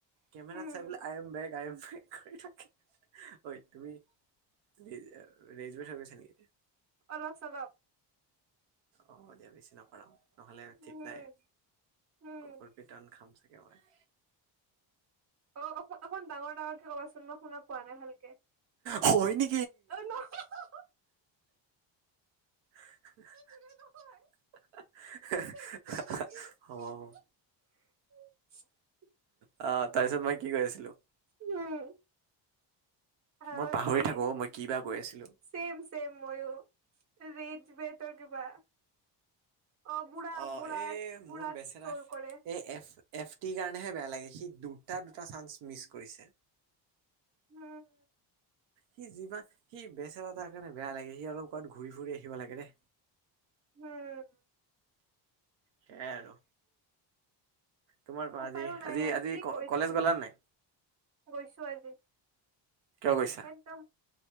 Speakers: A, on the right; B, on the right.
A: কেমেৰাাত
B: উম
A: চাই পেলাই I am beg I am beg কৰি থাকে ঐ তুমি, ৰেজ ৰেজোৰ কথা কৈছে নেকি?
B: অলপ চলপ।
A: অ দিয়া বেছি নকৰাও। নহ'লে
B: উম
A: ঠিক নাই
B: উম
A: কুকুৰ পীতন খাম চাগে মই।
B: অ অ অকণ ডাঙৰ ডাঙৰকে ক'বাচোন মই শুনা পোৱা নাই ভালকে।
A: অ হয় নি।
B: অ নহ অ,
A: <unintelligible>
B: <unintelligible>
A: <unintelligible>
B: ধেৎ তেৰিকি
A: হ
B: <unintelligible>
A: তাৰপিছত মই কি কৈ আছিলো?
B: উম। আৰু
A: মই পাহৰি
B: কি
A: থাকো অ মই কিবা কৈ আছিলো?
B: চেম চেম ময়ো ৰেজ বেতৰ কিবা? অ বুঢ়া
A: অ
B: বুঢ়া
A: এই মোৰ
B: বুঢ়াক
A: বেচেৰা
B: ট্ৰল কৰে
A: এই এফ। এফ টিৰ কাৰনেহে বেয়া লাগে সি দুটা দুটা চান্স মিছ কৰিছে।
B: হোম।
A: সি যিমান সি বেচেৰা তাৰ কাৰণে বেয়া লাগে সি অলপমান ঘূৰি ফুৰি আহিব লাগে দে।
B: হুম'
A: সেইয়াই আৰু তোমাৰ কোৱা
B: উপায়ো
A: আজি
B: নাই
A: আজি
B: সিহঁতে
A: আজি
B: কি কৰি
A: কলেজ
B: থাকে
A: গলা নে নাই?
B: গৈছো আজি।
A: কিয় গৈছা?
B: একদম